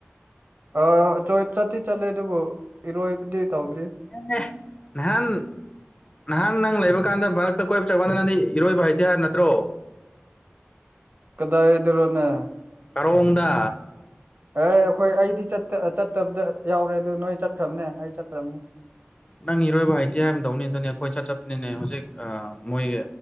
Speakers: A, on the right; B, on the left.
A: ꯑꯥ ꯆꯣꯏ ꯆꯠꯇꯤ ꯆꯠꯂꯦ ꯑꯗꯨꯕꯨ ꯏꯔꯣꯏꯕꯗꯤ ꯇꯧꯗ꯭ꯔꯤ
B: <unintelligible> ꯅꯍꯥꯟ ꯅꯍꯥꯟ ꯅꯪ ꯂꯩꯕ ꯀꯥꯟꯗ ꯃꯔꯛꯇ ꯀꯣꯏꯕ ꯆꯠꯄꯀꯥꯟꯗ ꯅꯪꯗꯤ ꯏꯔꯣꯏꯕ ꯍꯩꯇꯦ ꯍꯥꯏꯕ ꯅꯠꯇ꯭ꯔꯣ
A: ꯀꯗꯥꯏꯗꯔꯣꯅꯦ
B: ꯀꯥꯔꯣꯡꯗ
A: ꯑꯦ ꯑꯩꯈꯣꯏ ꯑꯩꯗꯤ ꯆꯠꯇ ꯆꯠꯇꯕꯗ ꯌꯥꯎꯔꯦ ꯑꯗꯨ ꯅꯣꯏ ꯆꯠꯈ꯭ꯔꯕꯅꯦ ꯑꯩ ꯆꯠꯇ꯭ꯔꯕꯅꯦ
B: ꯅꯪ ꯏꯔꯣꯏꯕ ꯍꯩꯇꯦ ꯑꯥꯏ ꯑꯃꯗꯧꯅꯤ ꯑꯗꯨꯅꯦ ꯑꯩꯈꯣꯏ ꯀꯣꯢ ꯆꯠꯄꯅꯤꯅꯦ ꯍꯧꯖꯤꯛ ꯑꯥ ꯃꯣꯏ